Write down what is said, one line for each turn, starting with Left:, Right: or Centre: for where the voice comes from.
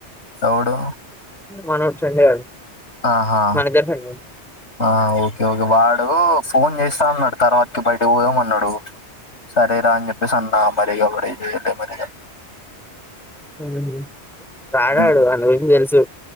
Left: ఎవడు
Centre: మనోడ్ ఫ్రెండ్ గాడు
Left: ఆ హా
Centre: మన ఇద్దరి ఫ్రెండ్
Left: ఆ ఓకే ఓకే వాడూ ఫోన్ చేస్తా అన్నాడ్ తర్వాత్కి బైటిక్ పోదాం అన్ న్నడు సరే రా అన్ జెప్పేసన్న మరిగ వాడ్ <inaudible>
Centre: హ్మ్ రాడాడు
Left: ఇగ
Centre: ఆన్ గురించి దెల్సు